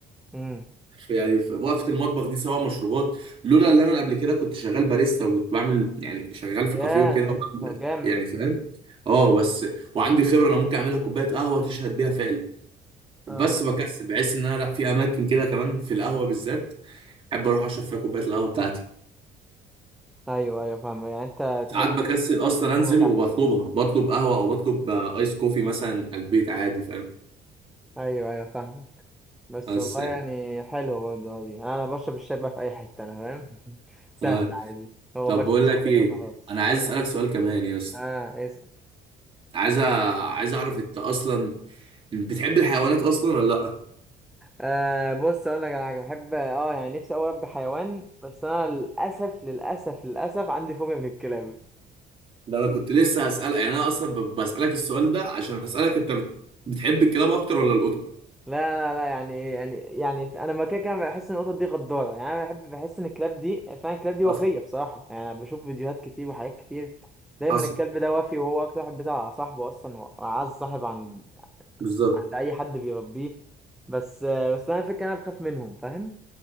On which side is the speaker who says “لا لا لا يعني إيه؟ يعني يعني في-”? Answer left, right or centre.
Centre